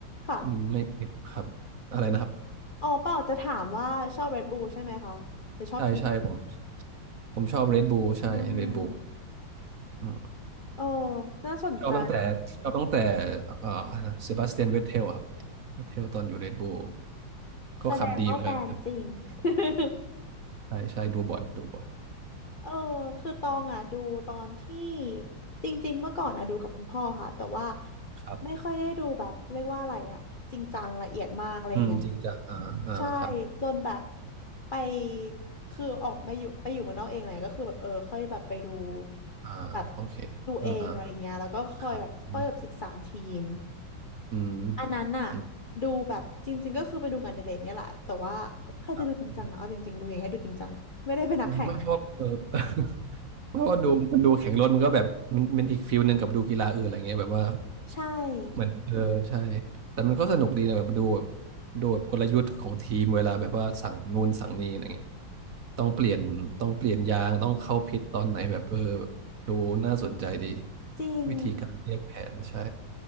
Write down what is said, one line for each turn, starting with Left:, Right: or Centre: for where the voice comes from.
Left: ค่ะ
Right: อืมไม่ครับอะไรนะครับ
Left: อ๋อเปล่าจะถามว่าชอบ Red Bull ใช่ไหมคะหรือชอบทีมไหน
Right: ใช่ใช่ผมผมชอบเรดบู l ใช่เรดบู
Left: อ่า
Right: l อืม
Left: โอ้น่าสนใจ
Right: ชอบตั้งแต่ชอบตั้งแต่เอ่อเซบาสเตียนเวทเทลครับเวทเทลตอนอยู่เรดบู l ก็ขับดีเหมือนกัน
Left: แสดงว่าแฟนจริง <laughs>
Right: ใช่ใช่ดูบ่อยดูบ่อย
Left: เออคือตองอ่ะดูตอนที่จริงๆเมื่อก่อนอ่ะดูกับคุณพ่อค่ะแต่ว่า
Right: ครับ
Left: ไม่ค่อยได้ดูแบบเรียกว่าอะไรอ่ะจริงจังละเอียดมากอะไรเงี้ย
Right: อืมจริงจังอ่าอ่าครับ
Left: ใช่จนแบบไปคือออกมาอยู่ไปอยู่เมืองนอกเองอะไรก็คือแบบเออค่อยแบบไปดู
Right: อ่าโอเคอืมอ่า
Left: แบบดูเองอะไรเงี้ยแล้วก็ค่อยแบบค่อยแบบศึกษาทีม
Right: ครับอืมอืม
Left: อันนั้นน่ะ
Right: อืม
Left: ดูแบบจริงๆก็คือไปดูงานอดิเรกเนี่ยแหละแต่ว่าก็ใครจะดูจริงจังนะเอาจริงๆดูอย่างให้ดูจริงจังไม่ได้เป็นนักแข่ง
Right: ครับอืมไม่เพราะเออ <laughs> เพราะว่าดูมันดูแข่งรถมันก็แบบมันมันอีกฟิลหนึ่งกับดูกีฬาอื่นอะไรเงี้ยแบบว่า
Left: <laughs> ใช่
Right: เหมือนเออใช่แต่มันก็สนุกดีนะแบบดูแบบดูแบบกลยุทธ์ของทีมเวลาแบบว่าสั่งนู่นสั่งนี่อะไรเงี้ยต้องเปลี่ยนต้องเปลี่ยนยางต้องเข้าพิทตอนไหนแบบเออแบบดูน่าสนใจดี
Left: จริง
Right: วิธีการเรียกแผนใช่